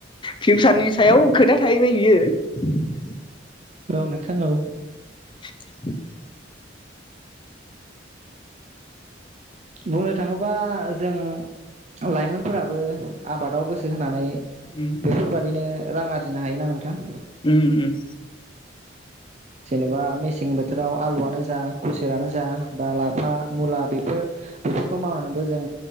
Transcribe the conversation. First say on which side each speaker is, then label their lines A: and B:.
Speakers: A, on the left; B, on the right.
A: फिउचारनि सायाव खोथा थाहैबाय बियो।
B: औ नोंथां औ।
A: <inaudible>
B: बुंनो थांङोबा जों लाइमोनफोराबो आबादाव गोसो होनानै
A: उम
B: बेफोरबायादिनो रां आर जिनो हायोना नोंथां।
A: उम उम।
B: जेनेबा मेसें बोथोराव आलुआनो जा खुसेरानो जा बा लाफा मुला बेफोर बेफोरखौ मावनानैबो जों